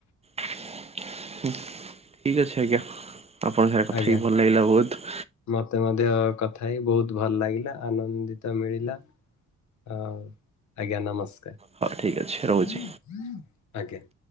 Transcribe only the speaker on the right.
ହଁ ଠିକ୍ ଅଛି ଆଜ୍ଞା। ଆପଣଙ୍କ ସାଙ୍ଗ ରେ କଥା
ହେଇକି ଭଲ ଲାଗିଲା ବହୁତ।
ହଉ ଠିକ୍ ଅଛି ରହୁଛି।